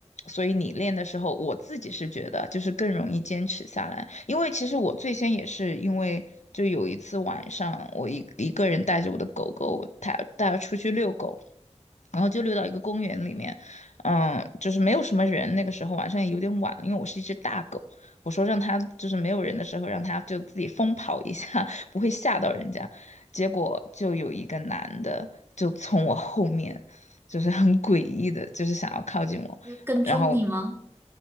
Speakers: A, on the left; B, on the right.
A: 所以你练的时候，我自己是觉得就是更容易坚持下来，因为其实我最先也是因为。就有一次晚上，我一一个人带着我的狗狗，我带带它出去遛狗，然后就溜到一个公园里面，嗯，就是没有什么人。那个时候晚上也有点晚了，因为我是一只大狗，我说让它就是没有人的时候，让它就自己疯跑一下，<laughs> 不会吓到人家。结果就有一个男的就从我后面，就是很诡异的，就是想要靠近我，
B: 就是跟踪你吗？
A: 然后